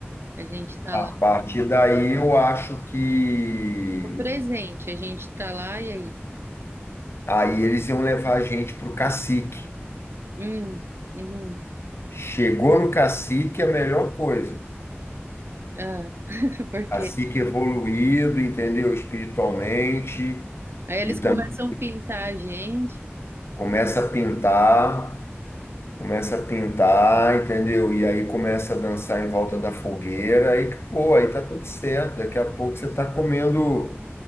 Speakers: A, on the right (about 60°); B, on the left (about 65°).
A: A gente tá
B: A
A: lá,
B: partir daí eu acho que
A: o presente, a gente tá lá e aí?
B: aí eles iam levar a gente pro cacique.
A: Hum, uhum,
B: Chegou no cacique é a melhor coisa.
A: ah, <laughs> por
B: Cacique
A: quê?
B: evoluído, entendeu? Espiritualmente
A: Aí eles
B: e também
A: começam a pintar a gente,
B: começa a pintar. Começa a pintar, entendeu? E aí começa a dançar em volta da fogueira e acabou, aí tá tudo certo. Daqui a pouco você tá comendo